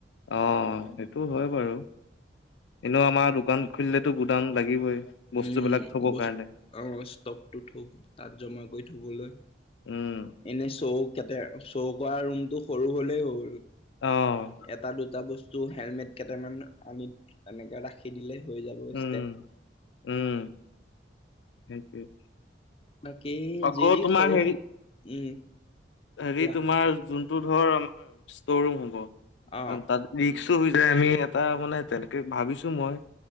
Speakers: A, on the left; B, on the left.
A: অ', সেইটোও হয় বাৰু। এনেও আমাৰ দোকান খুলিলেতো গুদান লাগিবই, বস্তুবিলাক
B: উম,
A: থব
B: বস্তু
A: কাৰণে।
B: অ', ষ্টকটো থব তাত জমা কৰি থবলৈ,
A: উম।
B: এনে চৌক কেতে চৌকা ৰুমটো সৰু হলেই হ'ল।
A: অ'।
B: এটা দুটা বস্তু হেলমেট কেইটামান আনি এনেকে ৰাখ সি দিলেই হৈ যাব <unintelligible>
A: উম, উম। সেইটোৱেই।
B: বাকী
A: আকৌ
B: যি যি
A: তোমাৰ
B: সৰু
A: হেৰি,
B: উম,
A: হেৰি
B: কোৱা
A: তোমাৰ যোন যোনতো ধৰ আমাৰ ষ্টৰ ৰুম হ'ব,
B: অ'
A: কাৰন তাত ৰিক্সো হৈ যায়, আমি এটা মানে তেনেকে ভাবিছোঁ মই